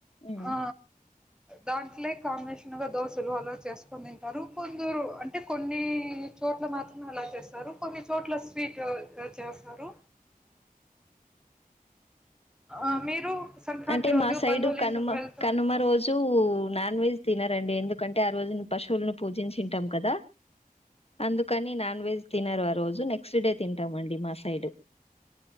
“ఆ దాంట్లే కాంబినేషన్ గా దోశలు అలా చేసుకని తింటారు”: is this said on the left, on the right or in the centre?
Centre